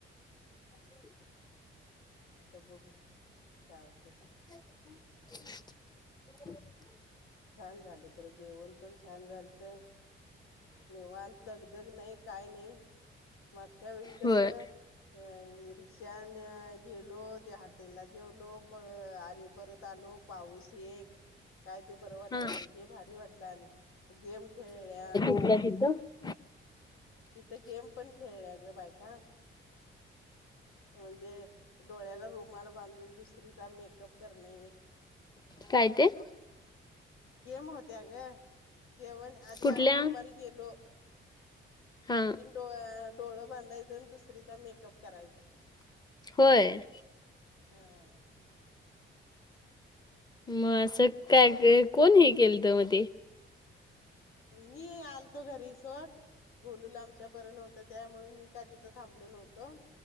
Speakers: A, on the left (about 20°); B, on the left (about 80°).
A: <inaudible> <unintelligible>
B: आता बघू काय होतंय.
A: <inaudible> <unintelligible> <unintelligible> <unintelligible>
B: छान झालं खरं जेवण पण छान झालतं. निवांत धगधग नाही काय नाही मागच्या वेळी कसं
A: होय.
B: अ रिक्षाने गेलो त्या हाटेला जेवलो प आणि परत आलो पाऊस एक. काय ते बरं वाटलं
A: हां.
B: नाही हे भारी वाटलं आणि गेम खेळल्या.
A: <unintelligible>
B: तिथं गेम पण खेळल्या ग बायका. म्हणजे डोळ्याला रुमाल बांधून दुसरीचा मेकअप करणे.
A: काय ते?
B: गेम होत्या ग, जेवण आधी
A: कुठल्या
B: आम्ही दुपारी गेलो.
A: हा
B: एकीन डो डोळ बांधायचं आणि दुसरीचा मेकअप करायचा.
A: होय.
B: हा.
A: मग असं काय कोण हे केलत मगं ते.
B: मी आलतो घरी सोड. गोलूला आमच्या बरं नव्हतं त्यामुळे मी काय तिथं थांबलो नव्हतो